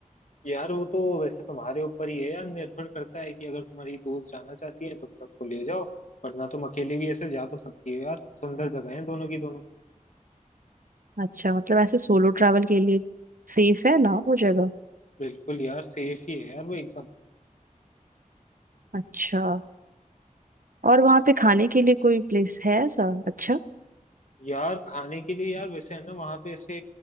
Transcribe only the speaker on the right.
अच्छा मतलब ऐसे सोलो ट्रैवल के लिए सेफ है ना वो जगह
अच्छा और वहाँ पे खाने के लिए कोई प्लेस है ऐसा अच्छा